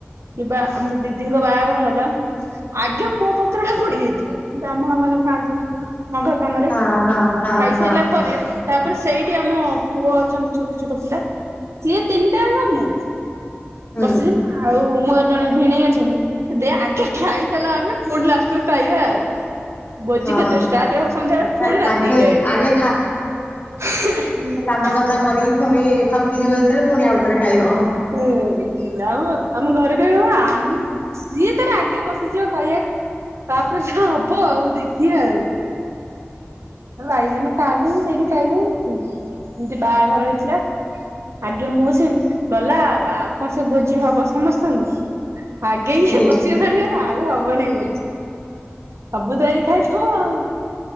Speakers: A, on the right (about 80°); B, on the left (about 45°).
A: କିବା ଆମ ଦିଦିଙ୍କ ବାହାଘର ହେଲା । ଆଗେ ମୋ ପତ୍ରଟା ପଡିଯାଇଥିବ ବ୍ରାହ୍ମଣ ମାନେ ଖଆନ୍ତି। ମାଘ କାମରେ
B: ହଁ ହଁ ହଁ
A: ଖାଇସାଇଲା
B: ହଁ
A: ପରେ ତାପରେ ସେଇଟି ଆମ ପୁଅ ଅଛନ୍ତି ଛୋଟ ଛୋଟ ପିଲା ସିଏ ତିନିଟା ଆଙ୍କ ମୁଁ
B: ହୁଁ
A: ବସିଯି ନାଁ ଆଉ ମୋର ଜଣେ ଭିଣେଇ ଅଛନ୍ତି ଦେ ଆଗେ ଖାଇସାରିଲେ ଆମେ ପୁଣି ଲାଷ୍ଟକୁ ଖାଇବା ଆଉ । ଭୋଜିି
B: ହଁ।
A: କେତେ ଷ୍ଟାର୍ଟ ହବ ସନ୍ଧ୍ୟାବେଳେ
B: ନା
A: ପୁଣି ରାତିକି
B: ଆଗେ ଆଗେ
A: ଖାଇବୁ ।
B: କାମଧନ୍ଦା କରିକି ପୁଣି ଥକିଯିବ
A: ହୁଁ
B: ଯେତେବେଳେ ପୁଣି ଆଉଥରେ ଖାଇବ ହେ
A: ହୁଁ ହୁଁ ଆମ ଆମ ଘରେ କହିବ ଆମ ସିଏ ତାର ଆଗେ ବସିଯିବ ଖାଇବାକୁ । ତାପରେ ଯାହା ହବ ଆଉ ଦେଖିଆ ଆଉ । ସବୁ ବାଇ ମାନେ ଖାଆନ୍ତି ସେଇଠି ଖାଇଦଉ ଉଁ ଏମିତି ବାହାଘର ହେଇଥିଲା । ଆଗେ ମୁଁ ବସିଗନି ଗଲା ଆଉ ଆଉ କଣ ସେ ଭୋଜି ହବ ସମସ୍ତଙ୍କୁ । ଆଗେ ଇଏ
B: ହେ।
A: ବସିଗଲାଣି ମାନେ ଆଉ ହବନି ଭୋଜି । ସବୁ ତ ଏଇ ଖାଇ ଥିବା ଆଉ।